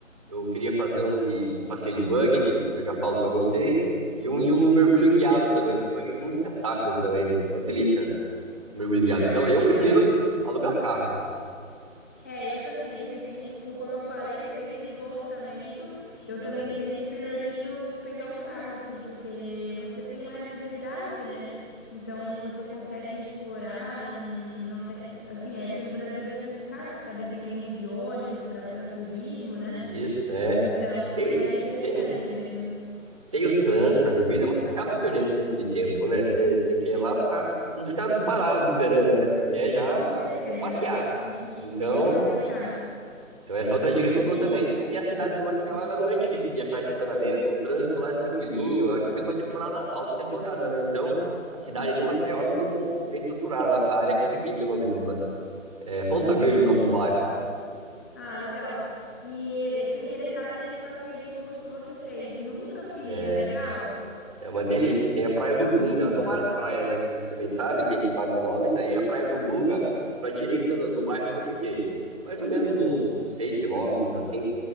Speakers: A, on the right; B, in the centre.
A: eu queria fazer um de, de passeio de buggy, que, que eu já falo para você, e um de um mergulho guiado também, que foi um espetáculo também, uma delícia, mergulho guiado.
B: Ai,
A: Então,
B: que
A: eu
B: legal.
A: prefiro alugar carro.
B: É, eu também, dependendo, co- como eu falei, dependendo do orçamento, eu também
A: né?
B: sempre priorizo pegar um carro, assim, porque você tem mais liberdade, né? Então você consegue explorar, não, não tem, assim, aqui no Brasil é complicado ficar dependendo de ônibus para para turismo, né?
A: Isso, é.
B: Então
A: Tem,
B: é interessante
A: tem.
B: mesmo,
A: tem os transfers da vida, mas você acaba perdendo um pouco de tempo, né? Você, você quer ir lá para não ficar parado esperando, né? Você quer já
B: com certeza.
A: passear.
B: Tem que,
A: Então,
B: tem que aproveitar.
A: então essa é outra dica que
B: E
A: eu dou também. E a cidade de Maceió, ela não é difícil de achar estacionamento, o trânsito lá é tranquilinho. É que eu fui numa temporada, alta temporada, né? Então, a cidade de Maceió é muito boa, bem estruturada, a área que eu fiquei, pelo menos, né? É Ponta
B: entendi.
A: Verde, o nome do bairro.
B: Ah, legal. E eu fiquei interessada nesse passeio de bug que você fez. Nunca fiz,
A: É,
B: é legal? <laughs>
A: É uma delícia. Tem a Praia do Gunga. São várias praias, né? Como você bem sabe, tem vários nomes. Aí a Praia do Gunga, para a direita do, do bairro que eu fiquei. Mais ou menos uns, uns 6 quilômetros, assim